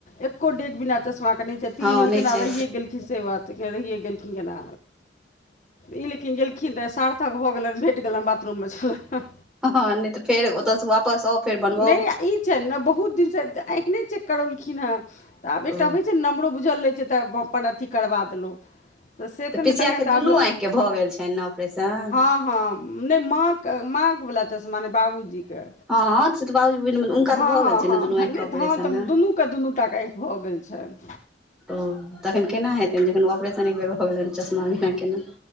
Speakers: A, on the left; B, in the centre.
A: एको डेग बिना चश्मा के नै से तीन
B: हँ
A: दिन
B: नहि
A: केना
B: छै
A: रहीये गेलखिन, से बात देखियौ रहिए गेलखिन केना, ई लेकिन गेलखिन दस सार्थक भऽ गेलैन भेट गेलैन बाथरूम मे छलैन।
B: हँ न‌इ त फेर ओतऽ स वापस आउ। फेर बनबाउ
A: न‌इ ई छैन ने बहुत दिनसँ आँखि न‌इ चेक करबेलखिन हें। तऽ
B: ओ
A: आब एकटा होइ छै न नम्बरो बुझल रहै छै तऽ तखन अथि करबा देलौ से
B: तऽ
A: त
B: पिसियाके
A: न‌इ तखन त
B: दुनू
A: आब
B: आँखिके भऽ गेल छनि ने ऑपरेशन
A: हां हँ न‌इ माँ के माँ वला चश्मा नै बाबूजीके।
B: हँ से तऽ बाबुजी के बुझलौं, हुनका
A: हँ
B: तऽ भऽ
A: हँ
B: गेल छैन ने दुनू
A: हँ
B: आँखि
A: नहि
B: के ऑपरेशन
A: हँ तऽ
B: ने।
A: दुनूके दुनू टाके आँखि भऽ गेल छनि
B: ओ तखन केना हेतैन, जखन ऑपरेशन एक बेर भऽ गेलैन चश्मा बिना केना